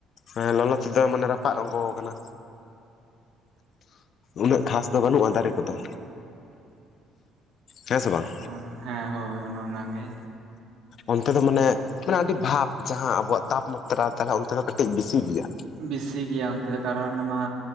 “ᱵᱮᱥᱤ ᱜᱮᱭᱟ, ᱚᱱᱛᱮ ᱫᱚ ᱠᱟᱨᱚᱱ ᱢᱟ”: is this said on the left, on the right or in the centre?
Right